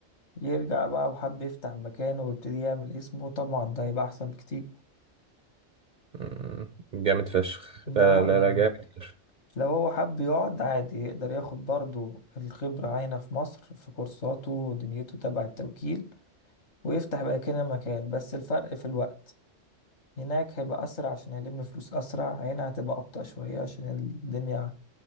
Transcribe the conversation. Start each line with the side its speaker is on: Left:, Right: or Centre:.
Left: يرجع بقى وحب يفتح مكانه ويبتدي يعمل اسمه طبعا ده هيبقى احسن بكتير
Right: مم. جامد فشخ
Left: ده
Right: لا
Left: رأيي
Right: لا لا لا،
Left: يعني
Right: جامد فشخ
Left: لو هو حب يقعد عادي يقدر ياخد برضو الخبرة هنا في مصر في كورساته ودنيته تبع التوكيل ويفتح بقى كده مكان بس الفرق في الوقت هناك هيبقى أسرع عشان هيلم فلوس أسرع هنا هتبقى أبطأ شوية عشان الدنيا